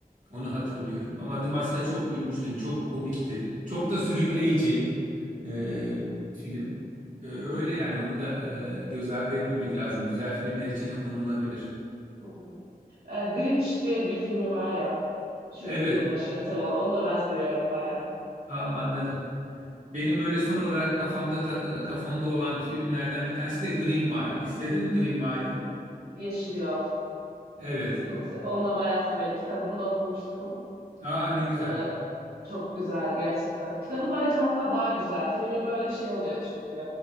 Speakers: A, on the right; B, on the right.
A: Onu hatırlıyorum. Ama The Mask'a çok gülmüştüm. Çok komikti. Çok da sürükleyici
B: Evet.
A: e,
B: evet.
A: film. E, öyle yani onu da e, göz ardı etmemek lazım. Güzel filmler içine konulabilir.
B: Hı hı. Ee, Grinch diye bir filmi var ya şu
A: Evet.
B: yılbaşı temalı. Onu da ben seviyorum baya.
A: Aa, anladım. Benim böyle son olarak kafamda takılı, kafamda olan filmlerden bir tanesi de Green Mile. İzledin mi Green Mile'ı?
B: Yeşil Yol.
A: Evet.
B: Çok se- onu da bayağı severim. Kitabını da okumuştum.
A: Aa ne güzel.
B: Ee, çok güzel gerçekten. Kitabı bence hatta daha güzel. Filmi böyle şey oluyor çünkü.